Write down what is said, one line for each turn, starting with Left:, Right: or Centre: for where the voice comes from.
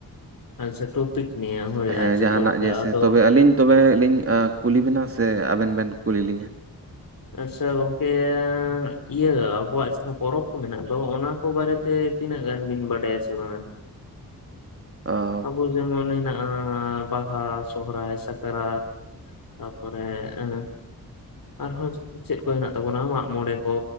Left: ᱟᱪᱪᱷᱟ ᱴᱚᱯᱤᱠ ᱱᱤᱭᱮ ᱦᱩᱭᱩᱜᱼᱟ
Right: ᱦᱮᱸ
Left: ᱪᱮᱫ
Right: ᱡᱟᱦᱟᱱᱟᱜ
Left: ᱜᱚᱝᱠᱮ
Right: ᱡᱮᱭᱥᱮ
Left: ᱟᱫᱚ
Right: ᱛᱚᱵᱮ
Left: ᱼᱼ
Right: ᱟᱹᱞᱤᱧ ᱛᱚᱵᱮ ᱞᱤᱧ ᱟᱸ ᱠᱩᱞᱤ ᱵᱮᱱᱟ ᱥᱮ ᱟᱵᱮᱱ ᱵᱮᱱ ᱠᱩᱞᱤ ᱞᱤᱧᱟ?
Left: ᱟᱪᱪᱷᱟ ᱜᱚᱝᱠᱮ ᱤᱭᱟᱹ ᱟᱵᱚᱣᱟᱜ ᱡᱟᱦᱟᱸ ᱯᱚᱨᱚᱵᱽ ᱠᱚ ᱢᱮᱱᱟᱜ ᱫᱚ ᱚᱱᱟ ᱠᱚ ᱵᱟᱨᱮᱛᱮ। ᱛᱤᱱᱟᱹᱜ ᱜᱟᱱ ᱵᱤᱱ ᱵᱟᱰᱟᱭᱟ ᱥᱮ ᱵᱟᱝᱟ?
Right: ᱚ ᱻ
Left: ᱟᱵᱚ ᱡᱮᱢᱚᱱ ᱦᱮᱱᱟᱜᱼᱟ ᱵᱟᱦᱟ ᱥᱚᱦᱚᱨᱟᱭ ᱥᱟᱠᱨᱟᱛ। ᱛᱟᱯᱚᱨᱮ ᱮᱸ ᱟᱨᱦᱚᱸ ᱪᱮᱫ ᱠᱚ ᱦᱮᱱᱟᱜ ᱛᱟᱵᱚᱱᱟ ᱢᱟᱜ ᱢᱚᱬᱮ ᱠᱚ᱾